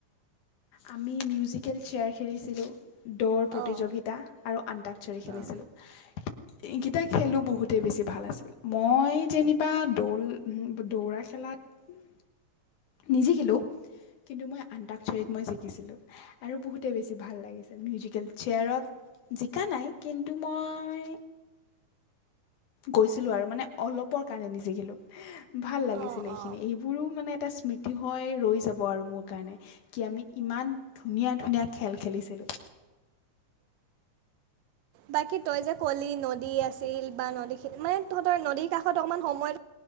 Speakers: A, on the left (about 80°); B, on the right (about 70°).
A: আমি মিউজিকেল চেয়াৰ খেলিছিলোঁ। দৌৰ প্ৰতিযোগিতা
B: অঁ
A: আৰু আন্তাকচৰি খেলিছিলোঁ।
B: অঁ
A: এইকেইটা খেলোঁ বহুতেই বেছি। ভাল আছিল, ওঁ - মই যেনিবা, দৌল ওঁহোঁ, দৌৰা খেলাত? নিজে খেলোঁ। কিন্তু মই, আন্দাকচাৰীত, মই জিকিছিলোঁ। হেঁহ--আৰু বহুতে বেছি ভাল লাগিছিল। মিউজিকেল চেয়াৰত জিকা নাই, কিন্তু মই গৈছিলোঁ আৰু মানে অলপৰ কাৰণে নিজিকিলোঁ। হেঁ--হ ভাল লাগিছিলে
B: অঁ অঁ
A: এইখিনি,
B: অঁ
A: এইবোৰো মানে এটা-চ- মিটিং হৈ ৰৈ যাব আৰু মোৰ কাৰণে, কি আমি? ইমান ধুনীয়া ধুনীয়া খেল খেলিছে। খেলো
B: বাকী তই যে কলি নদী আছিল বা নদীখিনি মানে তহঁতৰ নদীৰ কাষত অকণমান সময়